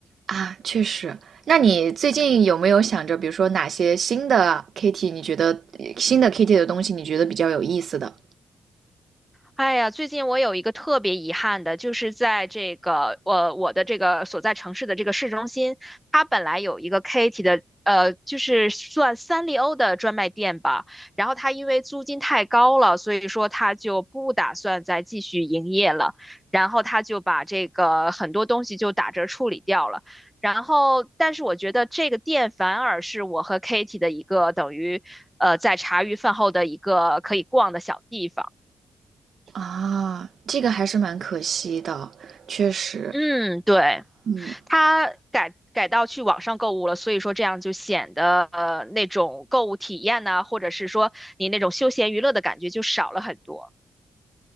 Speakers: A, on the right; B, in the centre.
A: 啊，确实。那你最近有没有想着，比如说哪些新的 Kitty，你觉得新的 Kitty 的东西你觉得比较有意思的？
B: 哎呀，最近我有一个特别遗憾的，就是在这个我我的这个所在城市的这个市中心，它本来有一个 Katy 的，呃，就是算三丽鸥的专卖店吧。然后它因为租金太高了，所以说它就不打算再继续营业了。然后它就把这个很多东西就打折处理掉了。然后，但是我觉得这个店反而是我和 Katy 的一个等于，呃，在茶余饭后的一个可以逛的小地方。
A: 啊，这个还是蛮可惜的，确实，
B: 嗯，对，
A: 嗯，
B: 他改改到去网上购物了，所以说这样就显得呃那种购物体验呐、或者是说你那种休闲娱乐的感觉就少了很多。